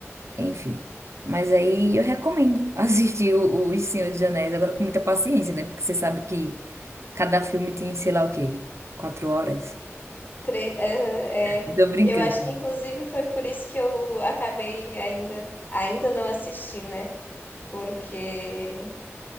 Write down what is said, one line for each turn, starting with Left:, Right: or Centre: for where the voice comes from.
Right: Enfim. Mas aí eu recomendo <laughs> assistir o, o Os Senhor dos Anéis, agora com muita paciência, né? Porque você sabe que cada filme tem, sei lá o quê, quatro horas.
Left: Tre- aham, é.
Right: <laughs> Tô brincando.
Left: Eu acho que inclusive foi por isso que eu acabei ainda, ainda não assisti, né? Porque,